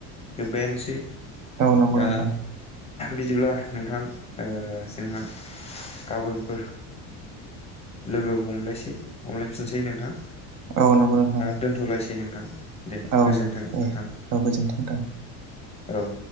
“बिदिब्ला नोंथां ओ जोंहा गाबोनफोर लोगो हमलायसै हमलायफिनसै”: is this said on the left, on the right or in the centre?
Left